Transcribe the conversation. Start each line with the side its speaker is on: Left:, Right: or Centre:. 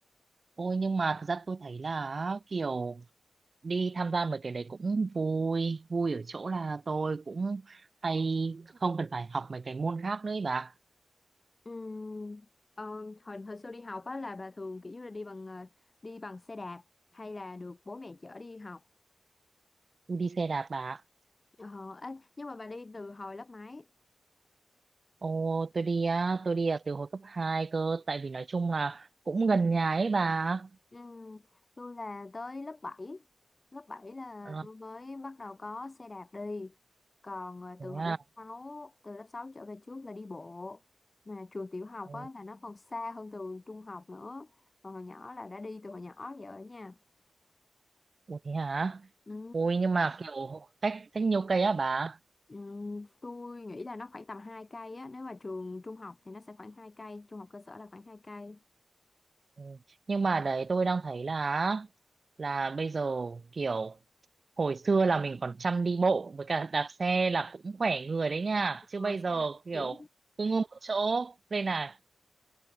Right: ôi nhưng mà thật ra tôi thấy là kiểu đi tham gia mấy cái đấy cũng vui vui ở chỗ là tôi cũng hay không cần phải học mấy cái môn khác nữa ý bà
Left: Ừm, ờ, hồi hồi xưa đi học á là bà thường kiểu như là đi bằng ờ, đi bằng xe đạp hay là được bố mẹ chở đi học
Right: tôi đi xe đạp bà ạ.
Left: Ờ, ê, nhưng mà bà đi từ hồi lớp mấy?
Right: Ồ, tôi đi á, tôi đi à, từ hồi cấp 2 cơ, tại vì nói chung là cũng gần nhà ấy bà.
Left: Ừ, tôi là tới lớp bảy, Lớp 7 là
Right: Ờ,
Left: tôi mới bắt đầu có xe đạp đi. Còn ờ,
Right: thế
Left: từ hồi
Right: à.
Left: lớp sáu, từ lớp 6 trở về trước là đi bộ. Mà trường tiểu học
Right: Ồ,
Left: á, là nó còn xa hơn trường trung học nữa. Còn hồi nhỏ là đã đi từ hồi nhỏ vậy ở nhà.
Right: ủa thế hả?
Left: Ừ,
Right: Ôi nhưng mà kiểu cách cách nhiều cây á bà.
Left: ừ, tôi nghĩ là nó khoảng tầm 2 cây á. Nếu mà trường trung học thì nó sẽ khoảng 2 cây. Trung học cơ sở là khoảng hai cây.
Right: Ừ. Nhưng mà đấy tôi đang thấy là là bây giờ kiểu hồi xưa là mình còn chăm đi bộ với cả đạp xe là cũng khỏe người đấy nha.
Left: Rồi
Right: Chứ bây
Left: xong
Right: giờ kiểu
Left: kiểu
Right: cứ ngưng một chỗ đây này.